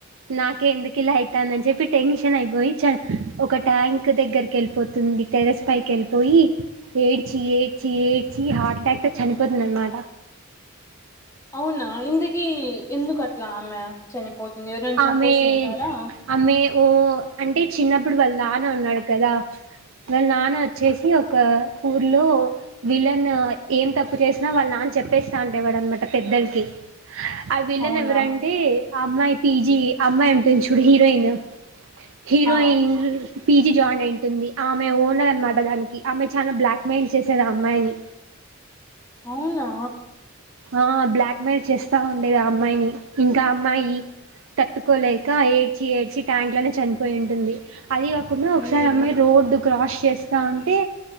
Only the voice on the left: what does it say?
అవునా ఇందకి ఎందు కట్టలా ఆమె చనిపోతుంది ఎవరైనా చంపేసింటారా
అవునా
ఆ
అవునా
అయ్యయ్యో